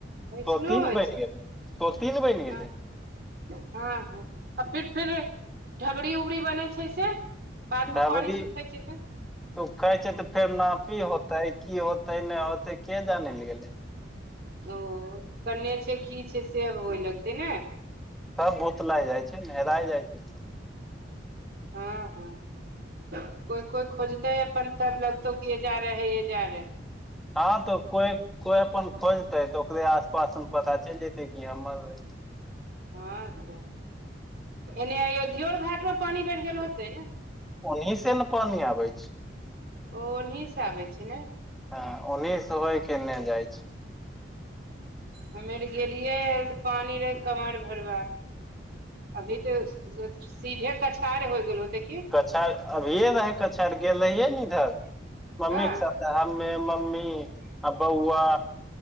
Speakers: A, on the right (about 50°); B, in the centre.
A: ऐसनो
B: तो तीन
A: होइ
B: बनि
A: छै
B: गेलै तो तीन बनि गेलै।
A: हँ हँ हँ आ फिर फेर ढबरी उबरी बनै छै से बादमे
B: दबदी
A: पानि सुखै छै तऽ
B: तू कहै छै तऽ फेर नापी होतै की होते नहि होते के जानै ले गेले
A: ओ कन्ने छै की छै से आर होय लगतै ने
B: तब भोतला जाइ छै नहराय जाइ छै
A: हँ हँ कोइ कोइ खोजतै अपन तब ल तो किए जा रहे ये जा रहेै
B: हाॅं तऽ कोइ कोई अपन खोजतै तऽ ओकरे आस पासमे पता चलि जेतै कि हमर अय
A: हँ, तोऽ एने धियोर घाटो पानी बड़ि गेल होइतै
B: ओनिहे से ने पानी आबै छै
A: ओ ओनहहि से आबै छै ने।
B: हा ओन्स होय केने जाइ छै
A: हम यर गेलियै हल तऽ पानी रहै कमर भरबा अभी तऽ सीधे कछार हो गेल होते की
B: कछार अभिये रहै कक्षार गेल रहियै ने इधर मम्मी
A: हँ
B: के साथे हमे मम्मी आ बौआ